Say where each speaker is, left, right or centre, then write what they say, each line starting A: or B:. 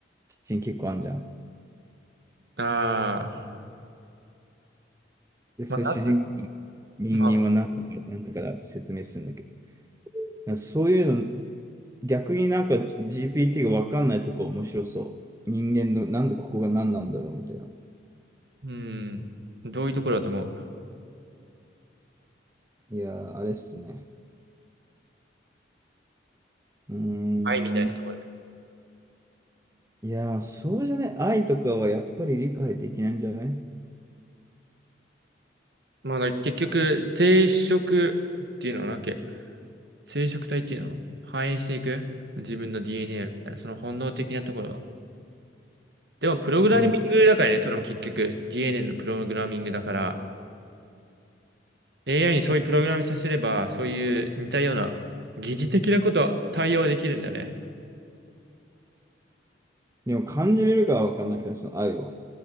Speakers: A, on the right; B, on the right.
A: シーン結構あんじゃん。
B: ああ、
A: で、それ主人公に人間はなんとかなんとかだと説明するんだけど
B: まあ、なんとまあ、
A: そういうの、逆になんか GPT がわかんないとこ面白そう。人間の、なんでここが何なんだろうみたいな。
B: うん。どういうところだと思う
A: いやー、あれっすね。うーん。
B: 愛みたいなところだよ。
A: いやー、そうじゃない。愛とかはやっぱり理解できないんじゃない
B: まあ、だから結局、生殖っていうのはな、生殖体っていうのは反映していく自分の DNA みたいな、その本能的なところが。でも、プログラミングだからね、
A: うん。
B: それも結局 DNA のプログラミングだから、AI にそういうプログラミングさせれば、そういう似たような疑似的なことは対応できるんだよね。
A: でも感じれるかはわかんないけど、その愛を。